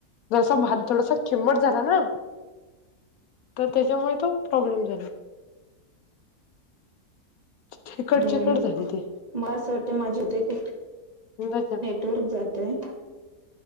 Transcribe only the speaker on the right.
हम्म,
मला असं वाटतं माझी डेट आहे.
परत जातय,,